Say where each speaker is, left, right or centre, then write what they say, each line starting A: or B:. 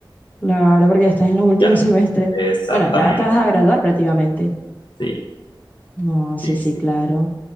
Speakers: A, on the left (about 20°); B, on the left (about 65°).
A: Claro, porque ya estás en los últimos
B: ya no.
A: <laughs> semestres.
B: Exactamente.
A: Bueno, ya te vas a graduar prácticamente.
B: Sí,
A: No, sí,
B: sí,
A: sí,
B: sí.
A: claro.